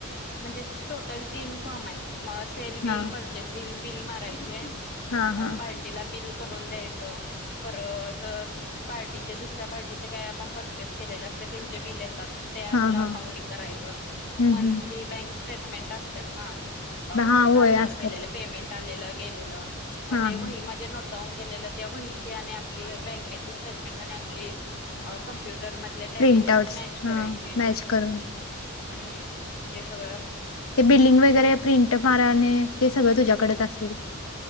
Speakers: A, on the left; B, on the left.
A: म्हणजे टोटल तीन फमय. सेल बी
B: हा
A: पर बिल बिल मारायचे.
B: हा
A: अ
B: हा
A: पार्टीला बिल करून द्यायच. परत पार्टीचे दुसऱ्या पार्टीचे काय आपण पर चेस केलेल असत. त्यांचे बिल येतात. ते आपला
B: हा हा
A: काउंटिंग करायचं.
B: हम्म
A: मंथली
B: हम्म
A: बँकस स्टेटमेंट असतात ना. अ
B: हा
A: ट्रान्सफर
B: होय असतात
A: केलेले. पेमेंट आलेल गेलेल. म
B: हा
A: ते वही
B: हा
A: मध्ये नोट डाऊन केलेलं. त्या वहीची आणि आपली बँकेची स्टेटमेंट आपली कमप्युटर मधले, टॅली
B: प्रिंट आउट्स
A: मॅच करायची.
B: हा मॅच करून
A: हम्म ते सगळं असत.
B: ते बिल्डिंग वगैरे प्रिंट माराणे ते सगळं तुझ्याकडेच असेल